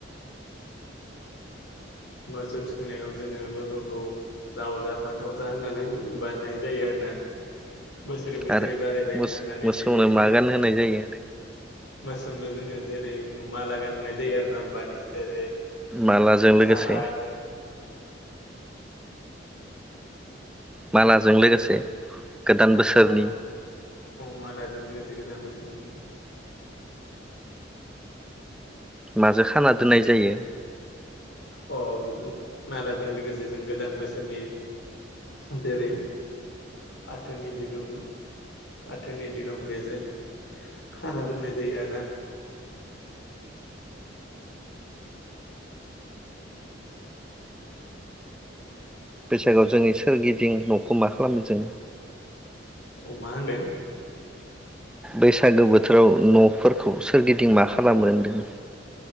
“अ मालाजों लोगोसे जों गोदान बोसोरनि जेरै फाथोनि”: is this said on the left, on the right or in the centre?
Left